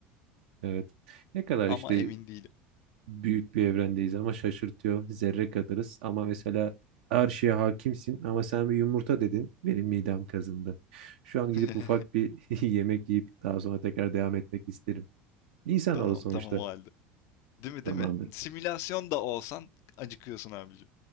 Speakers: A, on the right; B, on the left.
A: Evet. Ne kadar
B: Ama
A: işte
B: emin değilim.
A: büyük bir evrendeyiz ama şaşırtıyor. Zerre kadarız ama mesela her şeye hakimsin ama sen bir yumurta dedin. Benim midem kazındı. Şu an gidip
B: <laughs>
A: ufak bir <laughs> yemek yiyip daha sonra tekrar devam etmek isterim. İnsanoğlu
B: Tamam
A: sonuçta
B: tamam o halde. Değil mi
A: tamamdır.
B: değil mi? Simülasyon da olsan acıkıyorsun abicim.